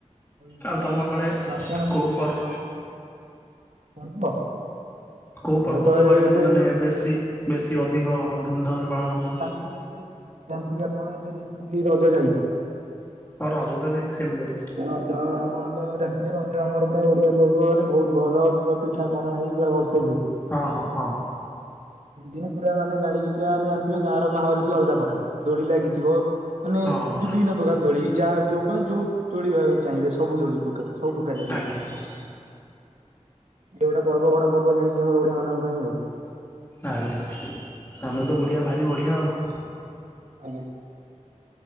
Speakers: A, on the right (about 80°); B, on the left (about 15°).
A: କହିଛି
B: ଆଉ ତମ ଆଡେ
A: ଆପଣ
B: କୋଉ ପର୍
A: ପର୍ବ
B: କୋଉ ପର୍ବ
A: ତ
B: ତମ
A: ଏବେ
B: ଆଡେ ଟିକେ ମାନେ ବେଶୀ ବେଶୀ ଅଧିକ ଧୁମ୍ ଧାମ୍ ରେ ପାଳନ ହୁଏ?
A: ଏବେ ଏବେ ଜାଣିଥିବେ ଆପଣ ଏବେ ରିସେଣ୍ଟଲି ରଜ ଯାଇଛି।
B: ହଁ ରଜ ତ ଏବେ ରିସେଣ୍ଟ ଯାଇଛି।
A: ରଜ ଆପଣ ତ ଜାଣିଥିବେ ରଜ ଆମର ପୁରା ଓଡିଆ ପର୍ବ ମାନେ ବହୁତ ଭଲ ପୁରା ପିଠା ପଣା ହେଇ ପୁରା ଭଲସେ ହୁଏ।
B: ହଁ ହଁ ହଁ।
A: ଏମ ପୁରା ମାନେ ଜାଣିକି ପୁରା ମାନେ ଜଣିଥିବେ ଗାଁ ର ମାହୋଲ ସିଏ ଅଲଗା ପ୍ରକାର ଦୋଳି ଲାଗିଥିବ ମାନେ
B: ହଁ
A: ବିଭିନ୍ନ ପ୍ରକାର ଦୋଳି, ଯା ଯୋଉ ମାନେ ଯୋଉ ଦୋଳି ଭାବେ ଚାହିଁବେ ସବୁ ଦୋଳି। ଟୋଟାଲ ସବୁ ପ୍ରକାରିଆ ଦୋଳି
B: ଆଜ୍ଞା ଆଜ୍ଞା
A: ଦୁଇଟା ପର୍ବ ବଡ ପର୍ବ ଜାଣି କି ଆମର ଓଡ଼ିଆମାନଙ୍କ ପାଇଁ ଆଉ।
B: ଆଜ୍ଞା ଆମେ ତ ଓଡ଼ିଆ ଭାରି ବଢ଼ିଆ ଆଉ।
A: ଆଜ୍ଞା।